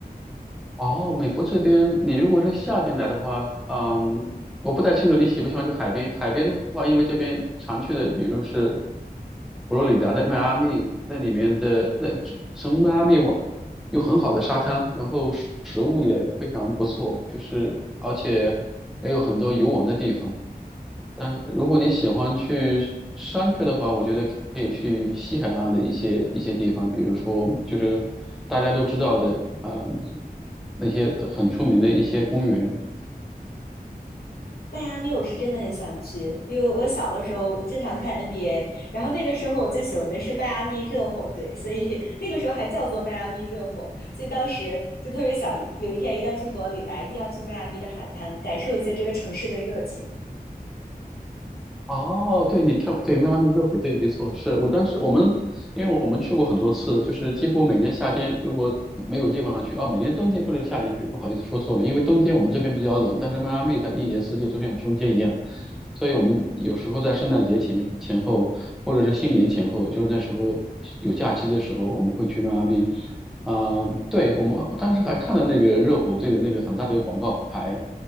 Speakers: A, in the centre; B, on the left (about 70°).
A: 哦，美国这边，你如果是夏天来的话，嗯，我不太清楚你喜不喜欢去海边。海边的话，因为这边常去的，比如是佛罗里达的迈阿密，那里面的那从迈阿密往有很好的沙滩，然后食食物也非常不错，就是而且也有很多游玩的地方。但是如果你喜欢去山区的话，我觉得可以去西海岸的一些一些地方，比如说就是大家都知道的，嗯、那些很出名的一些公园，
B: 迈阿密，我是真的很想去，因为我小的时候经常看 NBA，然后那个时候我最喜欢的是迈阿密热火队，所以 <laughs> 那个时候还叫做迈阿密热火，所以当时就特别想有一天一定要去佛罗里达，一定要去迈阿密的海滩，感受一下这个城市的热情。
A: 哦，对，你看，对，迈阿密热火，队没错，是我当时我们，因为我们去过很多次，就是几乎每年夏天如果没有地方去，哦，每年冬天不能夏天去，不好意思说错了，因为冬天我们这边比较冷，但是迈阿密它是一年四季都像春天一样，所以我们有时候在圣诞节前前后，或者是新年前后，就是那时候有假期的时候，我们会去迈阿密。啊、对，我们当时还看了那个热火队的那个很大的一个广告牌。